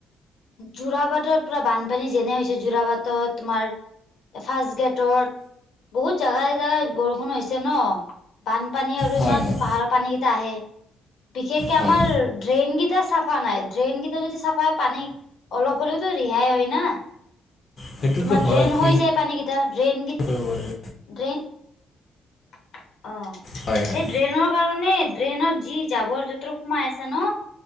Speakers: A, on the left; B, on the left.
A: যোৰাবাটত পুৰা বানপানী যেনে হৈছে যোৰাবাট। ত তোমাৰ ফাৰ্ষ্ট গেটত। বহুত জাগাই, জাগাই বৰষুণ হৈছে ন। বানপানী আৰু
B: হয়
A: ইমান
B: হয়
A: পাহাৰৰ পানী কেইটা আহে, বিশেষকে আমাৰ
B: হয়
A: ড্ৰেইনকেইটা চাফা নাই, ড্ৰেইন কেইটা যদি চাফা হয়, পানী অলপ হ'লেওঁতো ৰেহাই হয় না।
B: সেইটোতো
A: তোমাৰ
B: হয়
A: ড্ৰেইন
B: কি
A: হৈ যায় পানী কেইটা, ড্ৰেইন ক
B: কৰিব পাৰিব
A: ড্ৰেইন, অ',
B: হয়
A: সেই
B: হয়
A: ড্ৰেইনৰ কাৰণে ড্ৰেইনত যি জাবৰ জতৰ সোমাই আছে ন।